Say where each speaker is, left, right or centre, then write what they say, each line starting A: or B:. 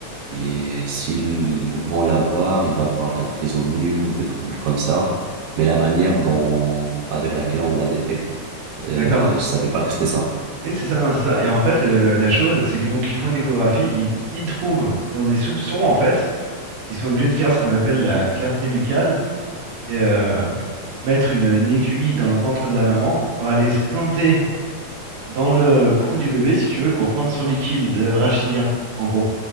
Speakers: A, on the right; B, on the right.
A: Et s'ils vont l'avoir, il va avoir de la trisomie ou des troubles comme ça. Mais la manière dont... avec laquelle on la détecte, euh,
B: D'accord.
A: je savais pas que c'était ça.
B: Oui, c'est ça, non, c'est ça. Et en fait, le- la chose, c'est que donc ils font une échographie, ils, ils trouvent, ils ont des soupçons en fait, ils sont obligés de faire ce qu'on appelle la clarté nucale. Et, euh, mettre une, une aiguille dans le ventre de la maman pour aller se planter dans le cou du bébé, si tu veux, pour prendre son liquide euh, rachidien, en gros.